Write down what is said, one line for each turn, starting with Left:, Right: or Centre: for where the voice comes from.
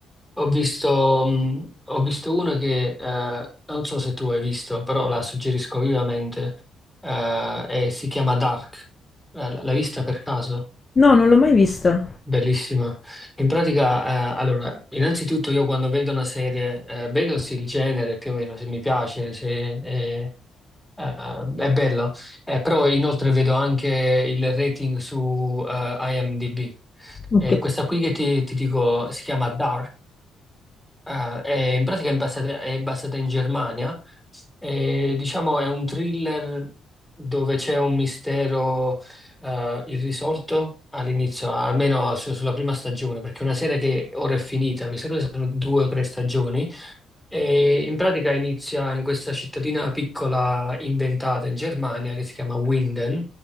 Centre: Ho visto, mh, ho visto una che eh, non so se tu hai visto, però la suggerisco vivamente, eh, e si chiama Dark. Eh, l- l'hai vista per caso?
Left: no, non l'ho mai vista.
Centre: Bellissima. In pratica, eh, allora, innanzitutto io quando vedo una serie, eh, vedo se il genere più o meno, se mi piace, se eh, eh, è bello, Eh, però inoltre vedo anche il rating su eh, IMDb.
Left: Ok,
Centre: Eh, questa qui che ti, ti dico si chiama Dark, Ah, è- in pratica è basata, è basata in Germania e diciamo è un thriller dove c'è un mistero eh, irrisolto all'inizio, almeno su- sulla prima stagione, perché è una serie che ora è finita, mi sa che sono due o tre stagioni e in pratica inizia in questa cittadina piccola inventata in Germania che si chiama Winden,